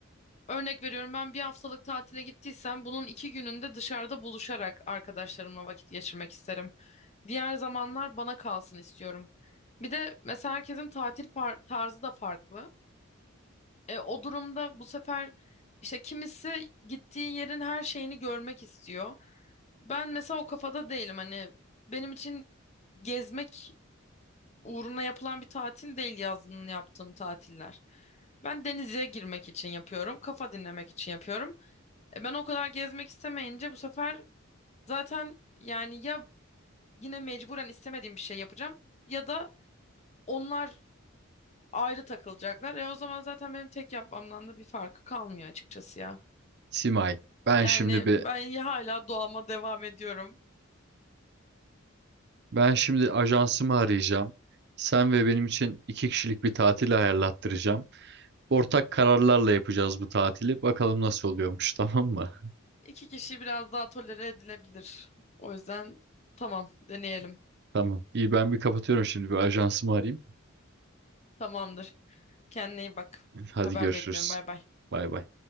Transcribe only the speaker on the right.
Simay, ben
şimdi bir
ben şimdi ajansımı arayacağım. Sen ve benim için iki kişilik bir tatil ayarlattıracağım. Ortak kararlarla yapacağız bu tatili. Bakalım nasıl oluyormuş, tamam mı?
<laughs> Tamam. İyi ben bir kapatıyorum şimdi bir ajansımı arayayım.
Hadi
görüşürüz.
Bay bay.